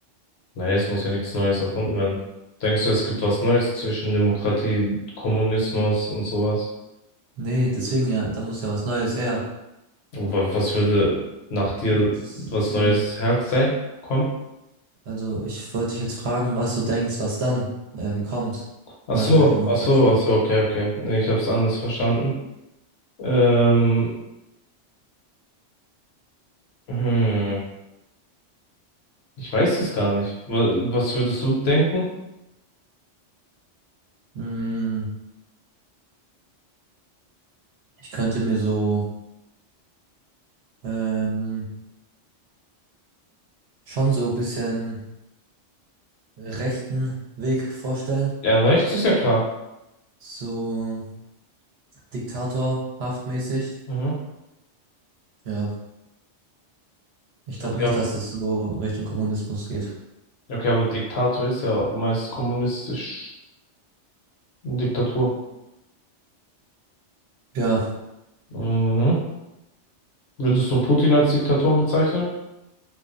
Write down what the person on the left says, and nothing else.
Naja, es muss ja nichts Neues erfunden werden. Denkst du, es gibt was Neues zwischen Demokratie, Kommunismus und sowas?
Wa- Was würde nach dir
was
Neues her sein? Komm.
Ach
so,
ach so, ach so, okay, okay. Nee, ich habe es anders verstanden. Ähm, hm. Ich weiß es gar nicht. Wa- Was würdest du denken?
Ja, rechts ist ja klar.
Mhm.
Okay,
aber,
okay, aber Diktator ist ja meist kommunistisch eine Diktatur.
Mhm. Würdest du Putin als Diktator bezeichnen?